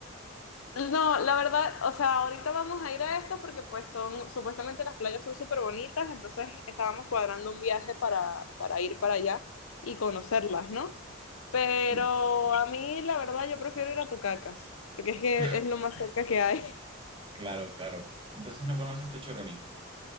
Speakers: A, on the left; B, on the right.
A: No, la verdad, o sea, ahorita vamos a ir a estos porque pues son, supuestamente las playas son súper bonitas, entonces estábamos cuadrando un viaje para, para ir para allá y conocerlas, ¿no? Pero
B: Sí.
A: a mí, la verdad, yo prefiero ir a Tucacas, porque es que
B: <laughs>
A: es lo más cerca que hay. <laughs>
B: Claro, claro. Entonces no conoces tu Choroní.